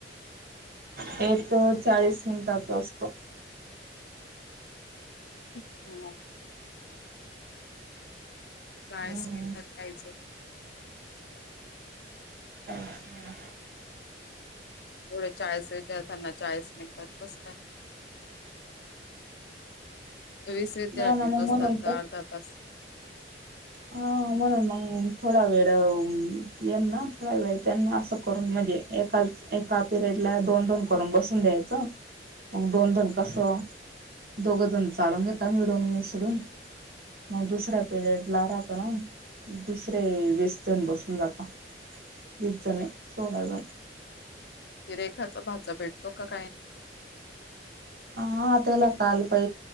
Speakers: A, on the right (about 55°); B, on the left (about 65°).
A: त्यांच चाळीस मिनिटाचा असतो.
B: अच् हा <unintelligible> चाळीस
A: हम्म
B: मिनटात पाहिजे <unintelligible>
A: अम् हा <unintelligible>
B: एवढे चाळीस त्यांना चाळीस मिळतात कसं काय? वीस विद्यार्थी
A: नाही ना मग
B: बसतात
A: म्हणून
B: त अर्धा तास.
A: अ म्हणून मंग थोडा वेळ यांना. थोडा वेळ त्यांना असं करून म्हणजे, एका एका पिरियड ला दोन दोन करून बसून द्यायचं मग दोन जण कसं दोघ जण चालून घेतता मिळून मिसळून मग दुसऱ्या पिरयड ला ना <unintelligible> दुसरे वीस जण बसून जाता. वीस जनी थोडा वेळ.
B: ति रेखाचा भाचा भेटतो का काई नई?
A: हा त्याला काल पै